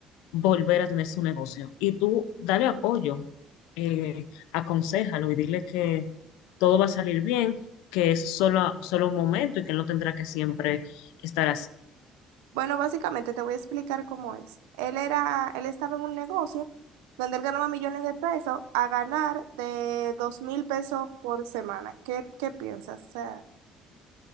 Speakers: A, on the left; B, on the right.
A: volver a tener su negocio. Y tú dale apoyo, eh, aconséjalo y dile que todo va a salir bien, que es solo, solo un momento y que no tendrá que siempre estar así.
B: Bueno, básicamente te voy a explicar cómo es. Él era, él estaba en un negocio donde él ganaba millones de pesos a ganar de dos mil pesos por semana. ¿Qué, qué piensas? O sea,